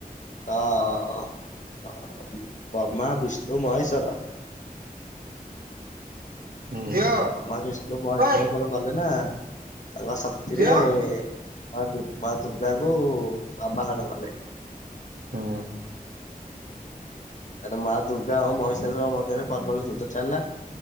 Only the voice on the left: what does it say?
ତ ଅ ବ୍ରହ୍ମା, ବିଷ୍ଣୁ, ମହେଶ୍ୱର
ବ୍ରହ୍ମା ବିଷ୍ଣୁ ମହେଶ୍ଵର
କଣ କଲେ ନା ତାଙ୍କ ଶକ୍ତିରେ
ମା ଦୁର ମା ଦୁର୍ଗାଙ୍କୁ ଆବାହନ କଲେ।
ତା ର ମା ଦୁର୍ଗା ଆଉ ମହିଷାସୁର ମଧ୍ୟରେ ପ୍ରବଳ ଯୁଦ୍ଧ ଚାଲିଲା।